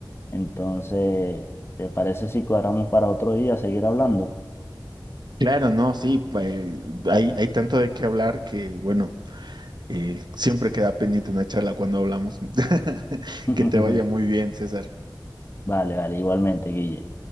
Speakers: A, on the left (about 30°); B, on the right (about 65°).
A: Entonces, ¿te parece si cuadramos para otro día seguir hablando?
B: Claro, no, sí, pa- eh, hay, hay tanto de qué hablar que, bueno, eh, siempre queda pendiente una charla cuando hablamos. <laughs>
A: <laughs>
B: Que te vaya muy bien, César.
A: Vale, vale, igualmente, Guille.